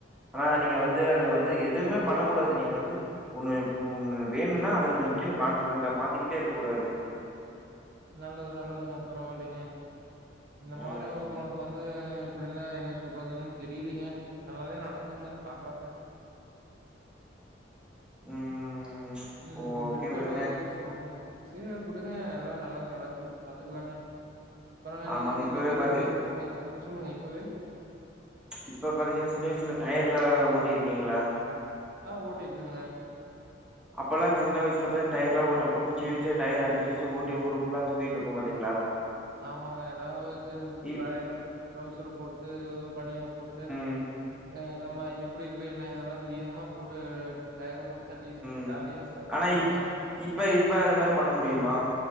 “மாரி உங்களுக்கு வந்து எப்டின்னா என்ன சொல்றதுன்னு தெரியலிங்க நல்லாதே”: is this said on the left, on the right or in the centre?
Right